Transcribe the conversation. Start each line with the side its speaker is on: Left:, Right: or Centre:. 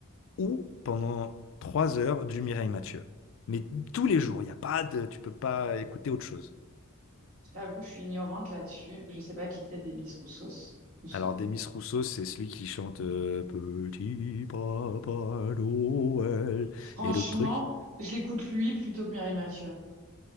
Left: ou pendant trois heures du Mireille Mathieu. Mais tous les jours, il y a pas de, tu peux pas écouter autre chose.
Right: Je t'avoue, je suis ignorante là-dessus. Je sais pas qui c'est des Miss Roussos. Rousseau.
Left: Alors Demis Roussos, c'est celui qui chante euh, Petit Papa Noël
Right: Franchement,
Left: et d'autres trucs.
Right: je l'écoute lui plutôt que Mireille Mathieu.